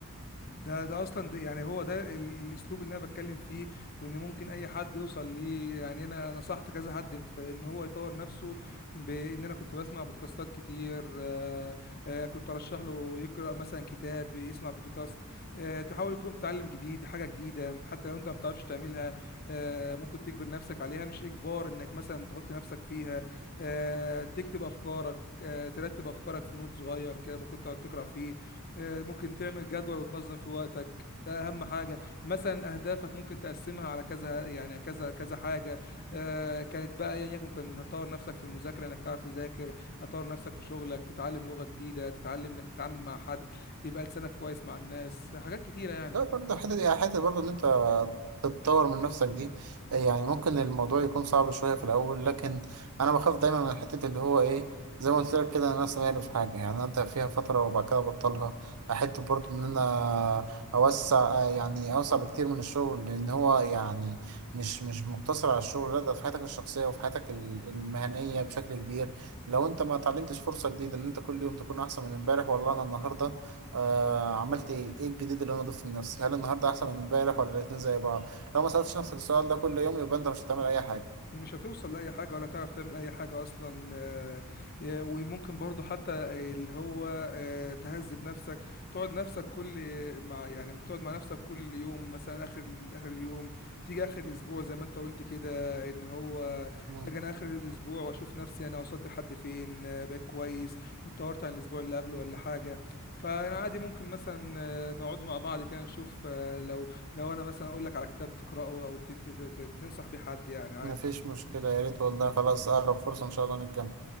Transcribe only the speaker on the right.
لا برضه حتة يعني حتة برضه إن أنت تتطور من نفسك دي يعني ممكن الموضوع يكون صعب شوية في الأول لكن أنا بخاف دايما من حتة اللي هو إيه زي ما قلت لك كده أنا سامعني في حاجة يعني أبدأ فيها فترة وبعد كده أبطلها أحب برضه إن أنا أوسع يعني أوسع بكتير من الشغل لأن هو يعني مش مش مقتصر على الشغل لا ده في حياتك الشخصية وفي حياتك ال- المهنية بشكل كبير لو أنت ما اتعلمتش فرصة جديدة إن أنت كل يوم تكون أحسن من إمبارح والله أنا النهاردة آه عملت ايه ايه الجديد اللي انا ضفته لنفسي هل النهارده احسن من امبارح ولا الاتنين زي بعض لو ما سالتش نفسك السؤال ده كل يوم يبقى انت مش هتعمل اي حاجه
مم.
مفيش مشكله يا ريت والله خلاص اقرب فرصه ان شاء الله نتجمع